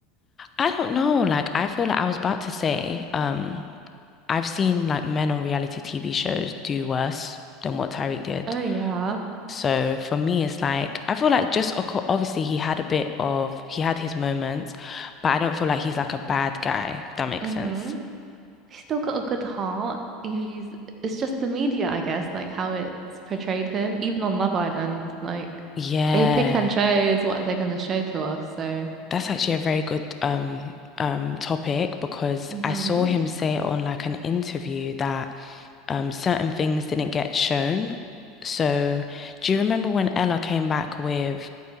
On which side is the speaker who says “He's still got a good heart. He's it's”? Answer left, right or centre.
Right